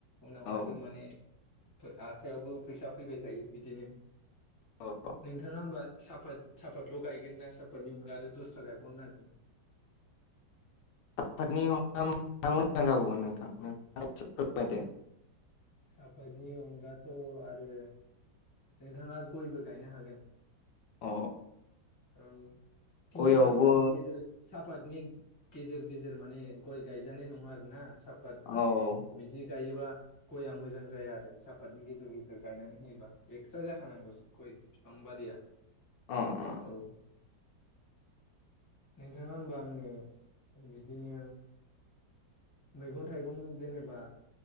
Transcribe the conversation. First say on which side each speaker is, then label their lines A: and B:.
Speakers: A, on the left (about 20°); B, on the left (about 90°).
A: उनावहायबो
B: औ
A: माने आखायावबो फैसा फैबाय थायो बिदिनो।
B: औ
A: नोंथाङा होमबा साफात साफातल' गायगोन ना साफातनि अनगा आरो दस्रा गायबावनो नागिरदों?
B: आफादनि मोजां जाबौमोन नोंथां नोंथा फोरमायदो <unintelligible>
A: साफातनि अनगाथ' आरो नोंथाङा गयबो गायनो हागोन।
B: अ।
A: औ खिन्थु
B: गयावबो
A: सापातनि गेजेर सापातनि गेजेर गेजेर माने गय गायजानाय नङा आरोना साफात
B: औ
A: माने बिदि गायोबा गया मोजां जाया आरो साफातनि गेजेर गेजेर गायनानै होयोबा। एक्सट्रा जाखा नांगौ गय फिफां बारिया।
B: अ अ।
A: औ। नोंथाङा होमबा आंनि बिदिनो मैगं-थाइगं जेनेबा